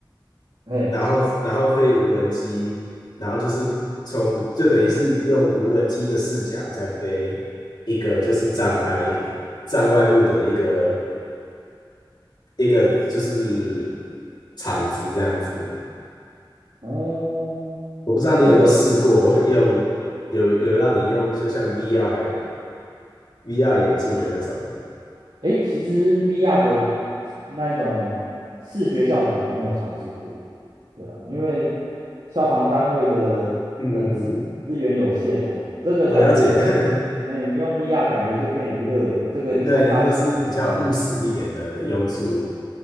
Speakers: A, on the right; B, on the left.
A: 嘿，
B: 然后然后飞无人机，然后就是从就等于是用无人机的视角在飞一个就是障碍障碍物的一个一个就是场子这样子。
A: 哦，
B: 我不知道你有没有试过用有有让你用就像
A: 这个，
B: VR VR 眼镜的那种，
A: 诶，其实 VR 的那种视觉效果我没有尝试过。对啊，因为消防单位的呃资资源有限呐、
B: 嗯，<laughs> 嗯，
A: 这个感觉你用哎，
B: 我了解，
A: 你用 VR 感觉就变娱乐了，这个应该纳税人抗议。
B: <laughs> 对你那个是比较务实一点的用处，